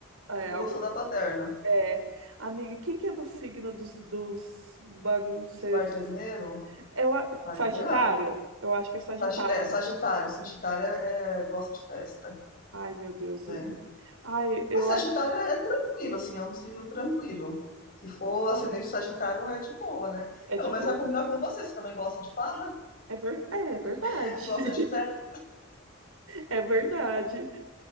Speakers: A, on the right (about 75°); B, on the left (about 40°).
A: é,
B: ele gostou da baderna.
A: É, amiga, quem que é do signo dos, dos bagunceiros?
B: Bardeneiro,
A: É o a-
B: ai,
A: Sagitário?
B: sei lá.
A: Eu acho que é Sagitário.
B: Sagi- é, Sagitário, Sagitário é, é- gosta de festa.
A: Ai, meu Deus.
B: É.
A: Ai, eu
B: Mas Sagitário
A: acho que
B: é tranquilo, assim, é um signo tranquilo. Se for ascendente Sagitário, é de boa, né?
A: é
B: Pelo
A: de boa.
B: menos vai combinar com você. Você também gosta de farra,
A: É, ver... é é verdade.
B: <laughs> gosta de fé,
A: <laughs> É verdade.